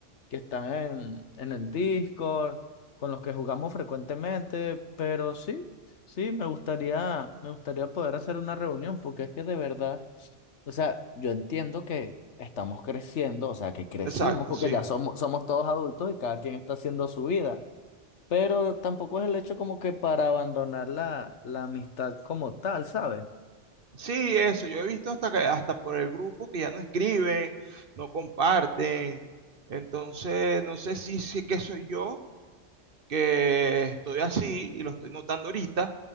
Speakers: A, on the left; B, on the right.
A: que están en, en el Discord, con los que jugamos frecuentemente, pero sí. Sí, me gustaría, me gustaría poder hacer una reunión, porque es que de verdad, o sea, yo entiendo que estamos creciendo, o sea, que crecimos,
B: Exacto,
A: porque
B: sí.
A: ya somos, somos todos adultos y cada quien está haciendo su vida, pero tampoco es el hecho como que para abandonar la, la amistad como tal, ¿sabes?
B: Sí, eso, yo he visto hasta que, hasta por el grupo que ya no escriben, no comparten. Entonces, no sé si, si es que soy yo que estoy así y lo estoy notando ahorita,